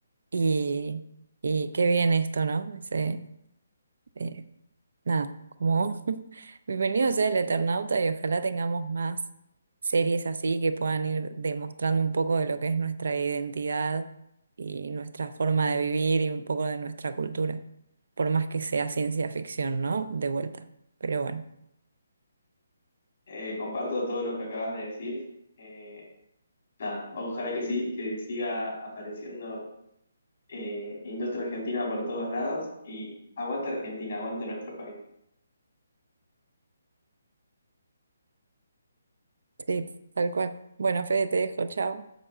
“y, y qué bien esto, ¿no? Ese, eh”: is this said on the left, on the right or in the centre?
Right